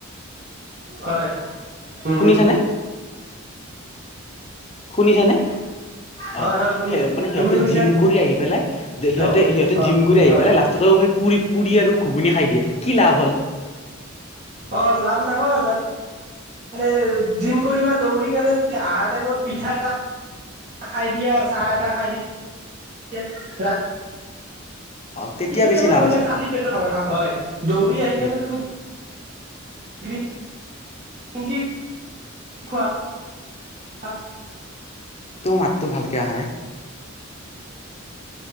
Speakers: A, on the right; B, on the left.
A: হয়, উ
B: শুনিছানে
A: হ।
B: শুনিছানে?
A: হয়
B: অ'
A: হয় শুনিছো
B: হে মানে হিহঁতে
A: তুমি শুনিছা
B: জিম কৰি আহি পেলাই
A: হেল্ল'
B: যে, সিহঁতে সিহঁতে
A: অ
B: জিম কৰি আহি
A: হয়
B: পেলাই লাষ্টতো পুৰি, পুৰি আৰু ঘুগুনী খাই দিয়ে। কি লাভ হ'ল?
A: অ লাভ নহয় মানে জিম কৰিবা, দৌৰি কেনে যদি আহাৰ টাইমত পিঠা এটা খাই দিয়া, চাহ এটা খাই দিয়া, ৰাত
B: অ তেতিয়া
A: ৰাতিপুৱা
B: বেছি
A: টাইমত
B: লাভ
A: মানে
B: আছে
A: খালী পেটত খাৱা, খাৱা হয়। দৌৰি আহি
B: উম
A: কেনে তুমি গ্ৰী ইনকি, খোৱা।
B: তোৰ মাতটো ভালকে আহা নাই।